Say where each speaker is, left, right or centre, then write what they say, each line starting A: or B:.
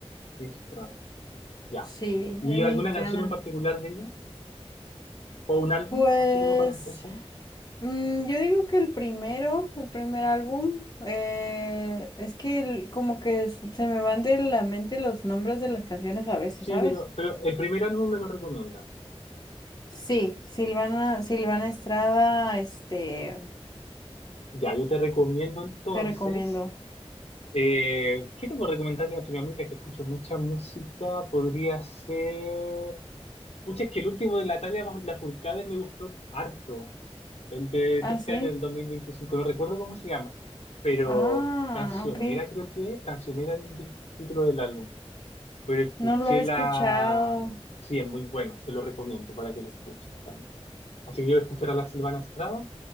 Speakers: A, on the left; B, on the left.
A: Estrada, ya.
B: sí,
A: ¿Y
B: es mexicana.
A: alguna canción en particular de ella? ¿O un álbum,
B: Pues,
A: así como para empezar?
B: mm, yo digo que el primero, el primer álbum, eh, es que el- como que s- se me van de la mente los nombres de las canciones a veces,
A: Sí,
B: ¿sabes?
A: pero, pero el primer álbum me lo recomiendas.
B: Sí, Silvana, Silvana Estrada, este,
A: Ya, yo te recomiendo entonces.
B: te recomiendo.
A: Eh, ¿qué te puedo recomendar de Latinoamérica? Que escucho mucha música. Podría ser. Pucha, es que el último de Natalia Lafourcade me gustó harto. El de,
B: Ah,
A: de este
B: sí.
A: año, del 2025. No recuerdo cómo se llama. Pero
B: Ah,
A: Cancionera,
B: ok.
A: creo que es. Cancionera es el di- título del álbum. pero escuché
B: No lo he
A: la...
B: escuchado.
A: Sí, es muy bueno, te lo recomiendo para que lo escuches también. Así que yo voy a escuchar a la Silvana Estrada